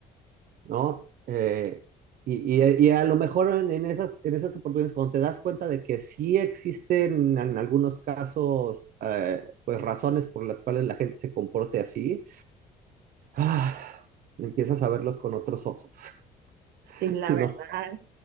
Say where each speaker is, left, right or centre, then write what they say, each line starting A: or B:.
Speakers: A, on the right; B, on the right.
A: ¿no? Eh, y, y- y a lo mejor en, en esas, en esas oportunidades, cuando te das cuenta de que sí existen en algunos casos, eh, pues razones por las cuales la gente se comporte así, ah, empiezas a verlos con otros ojos, <laughs>
B: sí, la
A: ¿no?
B: verdad.